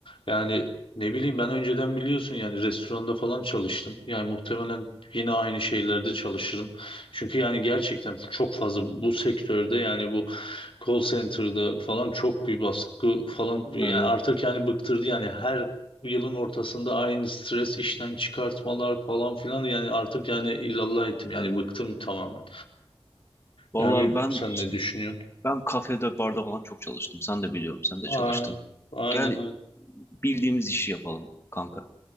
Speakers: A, on the left; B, on the left.
A: Yani ne bileyim ben önceden biliyorsun yani restoranda falan çalıştım. Yani muhtemelen yine aynı şeylerde çalışırım. Çünkü yani gerçekten çok fazla bu sektörde yani bu call center'da falan çok bir baskı falan yani
B: Öyle.
A: artık yani bıktırdı yani her yılın ortasında aynı stres işten çıkartmalar falan filan yani artık yani illallah ettim yani
B: Öyle.
A: bıktım tamamen.
B: Valla
A: Yani bilmiyorum
B: ben
A: sen ne düşünüyorsun?
B: ben kafede barda falan çok çalıştım. Sen de biliyorum. Sen
A: Aynen
B: de çalıştın.
A: aynen.
B: Gel
A: öyle.
B: bildiğimiz işi yapalım kanka.